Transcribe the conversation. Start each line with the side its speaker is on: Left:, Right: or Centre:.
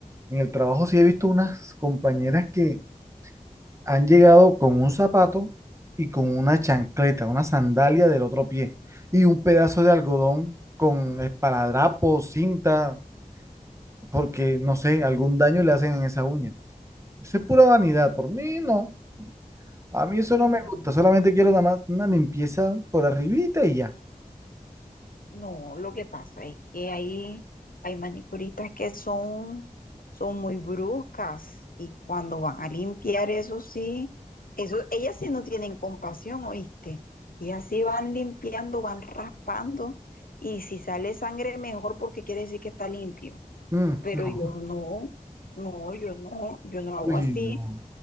Right: En el trabajo sí he visto unas compañeras que han llegado con un zapato y con una chancleta, una sandalia del otro pie y un pedazo de algodón con esparadrapo, cinta, porque no sé, algún daño le hacen en esa uña. Eso es pura vanidad, por mí no. A mí eso
Left: Mm,
Right: no me gusta, solamente quiero nada más una limpieza por arribita y ya.
Left: No, lo que pasa es que hay, hay manicuristas que son, son muy bruscas y cuando van a limpiar, eso sí, eso, ellas sí no tienen compasión, ¿oíste? Y así van limpiando, van raspando y si sale sangre mejor porque quiere decir que está limpio.
Right: Mm,
Left: Pero
Right: no.
Left: yo no, no, yo no, yo no hago
Right: Uy,
Left: así.
Right: no.